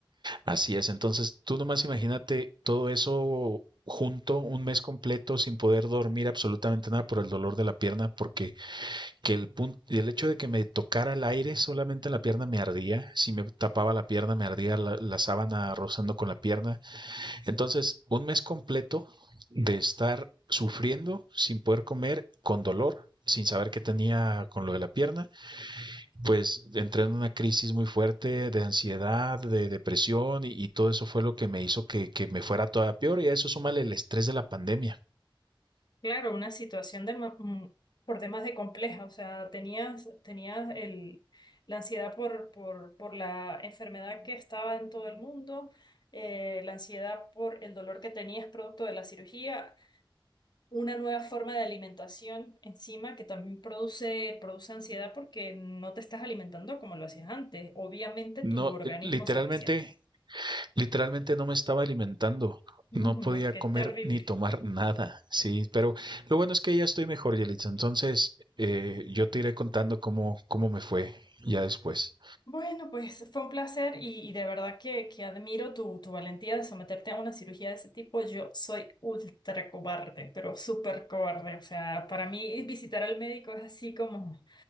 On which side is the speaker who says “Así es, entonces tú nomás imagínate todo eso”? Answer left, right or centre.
Right